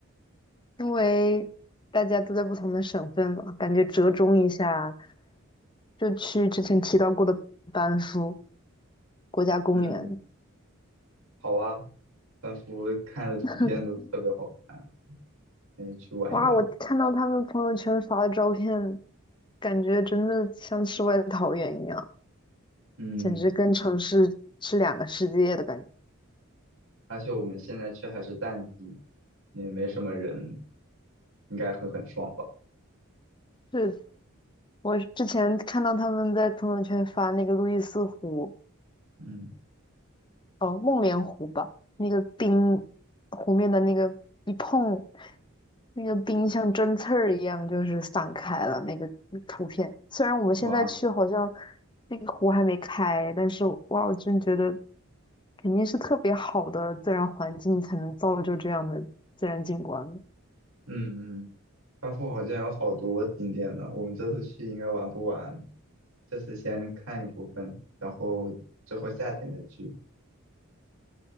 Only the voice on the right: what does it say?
嗯，好啊，仿佛看着图片都特别好看，
可以去玩一玩。
嗯，
而且我们现在去还是淡季，也没什么人，应该会很爽吧？
嗯，
哇，
嗯嗯。班夫好像有好多景点呢，我们这次去应该玩不完，这次先看一部分，然后之后夏天再去。